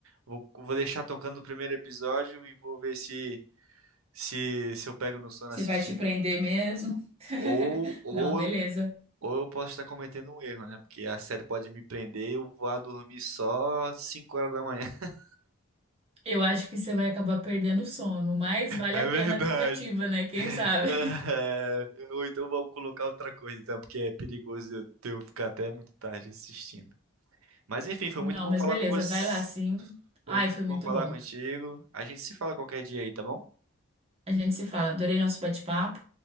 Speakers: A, on the right (about 85°); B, on the right (about 30°).
A: Vou, vou deixar tocando o primeiro episódio e vou ver se, se, se eu pego no sono
B: Você
A: assistindo.
B: vai te prender mesmo? <laughs>
A: Ou, ou
B: Não, beleza.
A: eu, ou eu posso estar cometendo um erro, né? Porque a série pode me prender e eu vou lá dormir só 5 horas da manhã. <laughs>
B: Eu acho que você vai acabar perdendo o sono, mas vale
A: É
B: a
A: verdade.
B: pena a tentativa, né? Quem sabe?
A: Ah, Ou então vamos colocar outra coisa, então, porque é perigoso eu eu ficar até muito tarde assistindo. Mas enfim, foi
B: Não,
A: muito bom
B: mas
A: falar
B: beleza,
A: com você.
B: vai lá sim.
A: Foi
B: Ai,
A: muito
B: foi
A: bom
B: muito
A: falar
B: bom.
A: contigo. A gente se fala qualquer dia aí, tá bom?
B: A gente se fala. Adorei nosso bate-papo.